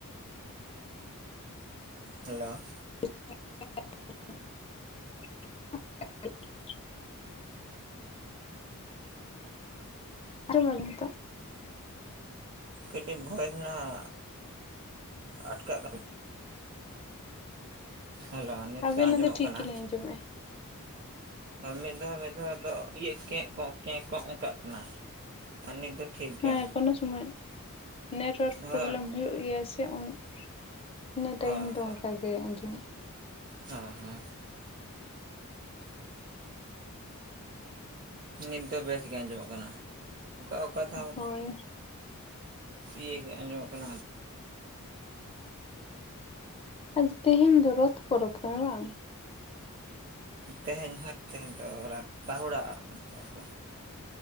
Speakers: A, on the right; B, on the left.
A: ᱦᱮᱞᱳ
B: <unintelligible> <unintelligible> ᱟᱸᱡᱚᱢ ᱮᱫᱟ ᱵᱤᱱ ᱱᱤᱛᱚᱜ
A: ᱠᱟᱹᱴᱤᱡ ᱵᱷᱚᱭᱮᱥ ᱱᱷᱟᱜ ᱟᱴᱠᱟᱜ ᱠᱟ <unintelligible> ᱦᱮᱞᱳ ᱱᱤᱛ
B: ᱟᱹᱵᱤᱱᱟᱜ
A: ᱟᱸᱡᱚᱢᱚᱜ
B: ᱫᱚ ᱴᱷᱤᱠ
A: ᱠᱟᱱᱟ
B: ᱜᱮᱞᱤᱧ ᱟᱸᱡᱚᱢᱮᱜᱼᱟ
A: ᱦᱳᱭ ᱢᱤᱫ ᱫᱷᱟᱣ ᱢᱤᱫ ᱫᱷᱟᱣ ᱫᱚ ᱤᱭᱤᱭᱟᱹ ᱠᱮᱸᱜ ᱠᱚᱸᱜ ᱠᱮᱸᱜ ᱠᱚᱸᱜ ᱚᱱᱠᱟᱜ ᱠᱟᱱᱟ ᱟᱨ ᱱᱤᱛ ᱫᱚ ᱴᱷᱤᱠ ᱜᱮᱭᱟ
B: ᱦᱮᱸ
A: ᱱᱟᱦᱟᱜ
B: ᱠᱳᱱᱳ ᱥᱚᱢᱚᱭ ᱱᱮᱴᱳᱣᱟᱨᱠ
A: ᱦᱳᱭ
B: ᱯᱨᱚᱵᱞᱮᱢ ᱦᱩᱭᱩᱜ ᱜᱮᱭᱟ ᱥᱮ ᱩᱱ ᱤᱱᱟᱹ ᱴᱟᱭᱤᱢ
A: ᱦᱳᱭ
B: ᱫᱚ
A: ᱦᱳᱭ
B: ᱚᱱᱠᱟ ᱜᱮ ᱟᱸᱡᱚᱢᱚᱜ
A: ᱦᱳᱭ ᱦᱮᱸ ᱱᱤᱛ ᱫᱚ ᱵᱮᱥ ᱜᱮ ᱟᱸᱡᱚᱢᱚᱜ ᱠᱟᱱᱟ ᱚᱠᱟ ᱚᱠᱟ ᱫᱷᱟᱣ
B: ᱦᱳᱭ
A: ᱤᱭᱟᱹᱜ ᱜᱮ ᱟᱸᱡᱚᱢᱚᱜ ᱠᱟᱱᱟ
B: ᱟᱪᱪᱷᱟ ᱛᱮᱦᱮᱧ ᱫᱚ ᱨᱚᱛᱷ ᱯᱚᱨᱚᱵᱽ ᱠᱟᱱᱟ ᱵᱟᱝ
A: ᱛᱮᱦᱮᱧ ᱦᱳᱭ ᱛᱮᱦᱮᱧ ᱫᱚ ᱨᱟᱛ <unintelligible> ᱠᱚ